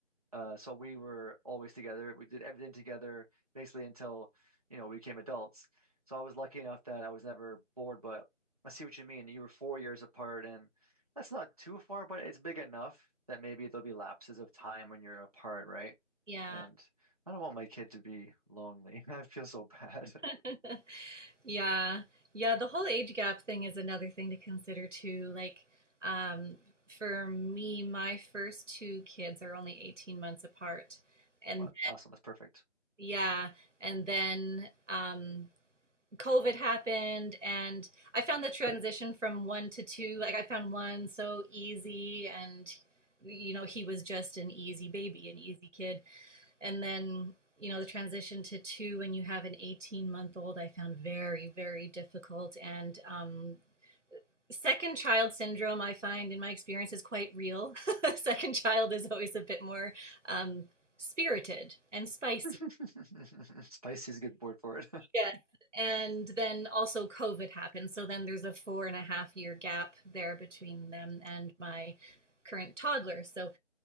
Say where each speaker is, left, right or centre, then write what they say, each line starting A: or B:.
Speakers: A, on the right; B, on the right.
A: Uh, so we were always together. We did everything together basically until, you know, we became adults. So I was lucky enough that I was never bored, but I see what you mean. You were four years apart, and that's not too far, but it's big enough that maybe there'll be lapses of time when you're apart, right?
B: yeah.
A: And I don't want my kid to be lonely. <laughs> I feel so bad. <laughs>
B: <laughs> Yeah. Yeah, the whole age gap thing is another thing to consider too. Like, um, for me, my first two kids are only 18 months apart. And
A: Well, awesome. That's perfect.
B: yeah, and then um, COVID happened, and I found the transition from one to two, like, I found one so easy, and, you know, he was just an easy baby, an easy kid and then you know the transition to two when you have an 18 month old i found very very difficult and um, second child syndrome i find in my experience is quite real <laughs> second child is always a bit more um, spirited and spicy
A: <laughs> Spicy is a good word for it.
B: yes and then also covid happened so then there's a four and a half year gap there between them and my current toddler so